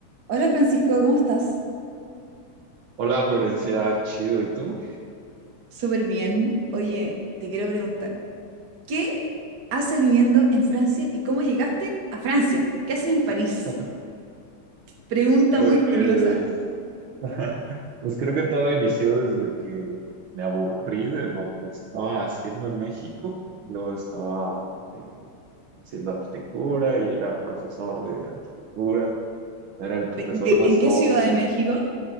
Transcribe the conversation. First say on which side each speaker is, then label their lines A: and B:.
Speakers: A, on the right; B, on the right.
A: Hola Francisco, ¿cómo estás?
B: Hola Florencia, chido, ¿y tú?
A: Súper bien. Oye, te quiero preguntar, ¿qué haces viviendo en Francia y cómo llegaste a Francia? ¿Qué haces en París?
B: <laughs>
A: Pregunta
B: Pues,
A: muy curiosa.
B: <laughs> pues creo que todo inició desde que me aburrí de lo que estaba haciendo en México. Yo estaba eh, haciendo arquitectura y era profesor de arquitectura. Era el profesor
A: Pe- de-
B: más
A: ¿en qué
B: joven
A: ciudad de México?